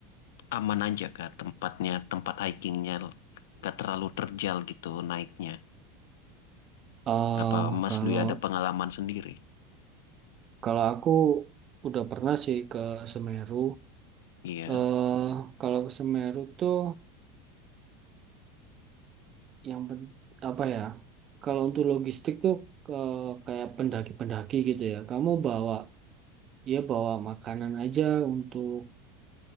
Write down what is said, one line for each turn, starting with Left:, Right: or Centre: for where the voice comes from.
Left: aman aja kah tempatnya, tempat hikingnya nggak terlalu terjal gitu naiknya.
Right: eh
Left: Apa Mas
Right: kalau
Left: Dwi ada pengalaman sendiri?
Right: kalau aku udah pernah sih ke Semeru,
Left: Iya.
Right: eh kalau ke Semeru tuh yang pen- apa ya? Kalau untuk logistik tuh ke kayak pendaki-pendaki gitu ya. Kamu bawa ya bawa makanan aja untuk